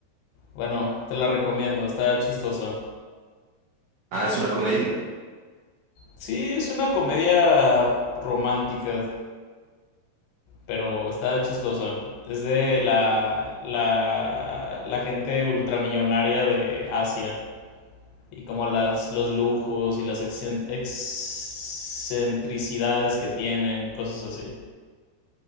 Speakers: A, on the left; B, on the right.
A: Bueno, te la recomiendo, está chistosa.
B: Ah, ¿es una comedia?
A: Sí, es una comedia romántica, pero está chistosa. Es de la, la, la gente ultramillonaria de Asia y como las, los lujos y las excen- excentricidades que tienen y cosas así.